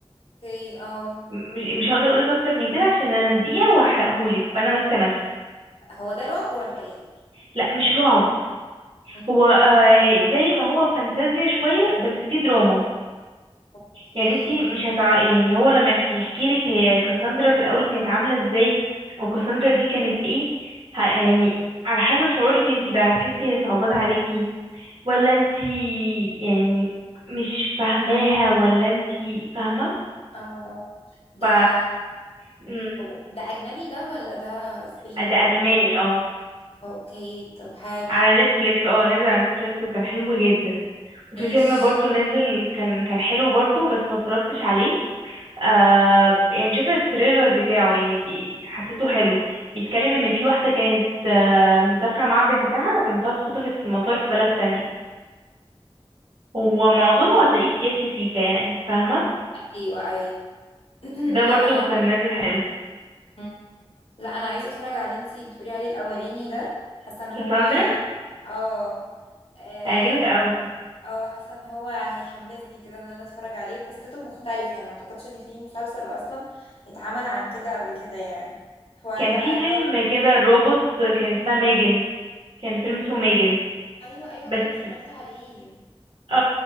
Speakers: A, on the left; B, on the right.
A: اوكي اه
B: م- مش هقدر اقولك اكتر من كده عشان انا دقيقة وهحرقهولك فانا ماسكة نفسي
A: هو ده رعب ولا ايه
B: لا مش رعب
A: مم.
B: هو آه زي ما هو فانتازيا شوية بس في دراما
A: اوكي
B: يعني انتي مش هتع... يعني هو لما يحكي لك هي كاساندرا في الاول كانت عاملة ازاي وكاساندرا دي كانت ايه ه... يعني على حسب شعورك انتي بقى هتحسي هي صعبانة عليكي ولا انتي يعني مش فاهماها ولا انتي فاهمة
A: اه آه. ده
B: ف مم.
A: أو- ده اجنبي ده ولا ده اسباني
B: ده
A: ولا
B: ألماني
A: ايه
B: اه
A: اوكي طب حلو
B: على نتفليكس اه نزل على نتفليكس وكان حلو جدا وفي
A: ماشي
B: فيلم برضو نزل كان كان حلو برضو بس ما اتفرجتش عليه آه يعني شفت التريلر بتاعه يعني بي حسيته حلو بيتكلم ان في واحدة كانت آه مسافرة مع بنتها وبنتها اتخطفت في المطار في بلد تانية هو معظمه هتلاقيه سياسي سيكا يعني فاهمة
A: ايوه ايوه <clears throat>
B: ده
A: لا
B: برضو
A: انا
B: كان نازل حلو
A: مم. لا انا عايزه اتفرج على اللي انتي بتقولي عليه الاولاني ده حاسه ان هو
B: كاساندرا
A: اه اه
B: هيعجبك قوي
A: آه، حاسه ان هو هيحمسني كده ان انا اتفرج عليه قصته مختلفه يعني ما اعتقدش ان في مسلسل اصلا اتعمل عن كده قبل كده يعني حوار
B: كان
A: بقى
B: في فيلم
A: الرعب
B: كده روبوت كان اسمها ميجن كان فيلم اسمه ميجن
A: ايوه ايوه
B: بس
A: ده انا اتفرجت عليه
B: اه